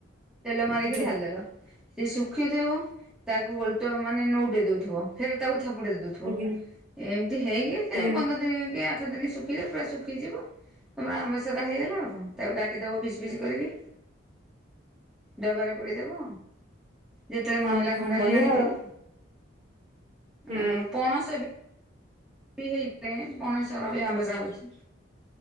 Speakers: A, in the centre; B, on the right.
A: ତେଲ ମାରିକି
B: ଆଜ୍ଞା
A: ଢାଲି ଦେଲ ସେ ଶୁଖୁଥିବ। ତାକୁ ଓଲଟ ମାନେ ନଉଟେ ଦଉଥିବ ଫେର ତାକୁ ଥାପଡେଇ ଦଉଥିବ।
B: ଆଜ୍ଞା
A: ଏ ହେଇକି ସେ
B: ଆଜ୍ଞା
A: ପନ୍ଦର ଦିନ କି ଆଠ ଦିନ ଶୁଖିଲେ ପୁରା ଶୁଖିଯିବ। ତମର ଆମ୍ବସରା ହେଇଗଲା ଆଉ କଣ ତାକୁ ଗାଟି ଦବ ପିସ୍ ପିସ୍ କରିକି। ଡବାରେ ପୁରେଇ ଦବ ଯେତେବେଳେ ମନ
B: ଓହୋ
A: ହେଲା ଖଣ୍ଡେ
B: ବଢିଆ
A: ହେଇ ଆଣି
B: ଆଉ
A: ଖାଇଲି।
B: ହୁଁ
A: ଆଉ ପଣଷ ହେଇପେ ଗଣେଶ ଘରେ ଆମ୍ବ ଯା ହଉଛି,